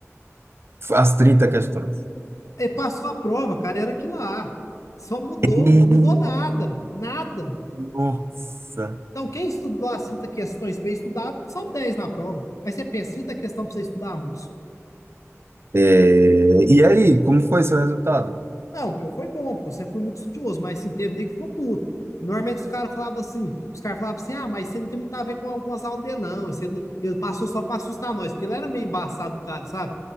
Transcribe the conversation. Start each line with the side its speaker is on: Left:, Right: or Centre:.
Right: As 30 questões.
Left: E passou a prova, cara, era aquilo lá. Só mudou,
Right: Hum.
Left: mudou nada, nada.
Right: Nossa.
Left: Então, quem estudou as 30 questões bem estudado, só 10 na prova. Mas você pensa, 30 questões pra você estudar, moço.
Right: É, E aí, como foi seu resultado?
Left: Não, meu, foi bom, porque eu sempre fui muito estudioso, mas sim, teve nem que ficou puto. Normalmente os caras falavam assim, os caras falavam assim, ah, mas você não tem muito a ver com algumas aulas dele, não. Esse, ele, ele passou só pra assustar nós, porque ele era meio embaçado, o cara, sabe?